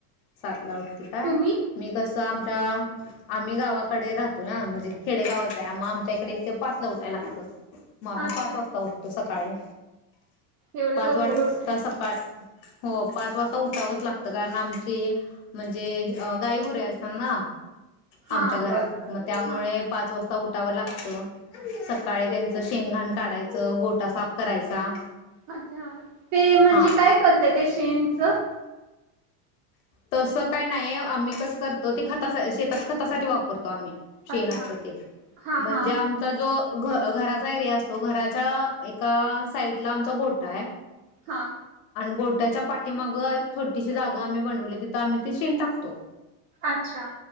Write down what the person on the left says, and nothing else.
सातला उठ का
मी कस तर आमच्या आम्ही गावाकडे राहतो ना म्हणजे खेडेगावच आहे आम आमच्या इकडे ते पाच ला उठाय लागतं मग आम्ही
पाच वाजता उठतो स सकाळी
पाच
वाजता
सकाळ. हो पाच वाजता उठावंच लागत कारण आमच ती म्हणजे गायगुरे असणार ना.
आमच्या घरात
मग त्यामुळे
पाच वाजता उठावं लागतं. सकाळी त्यांचं शेण घाण काढायचं. गोठा साफ करायचा.
हां
तस काय नाहीय आम्ही <inaudible> खतासाठी वापरतो आम्ही. शेन
असत ते
म्हणजे
आमचा जो घ घराचा एरिया असतो घराच्या एका साइडला आमचा गोठाय.
आणि गोट्याच्या पाठीमाग एक छोटीशी जागा आम्ही बनवली. तिथ आम्ही ते शेन टाकतो.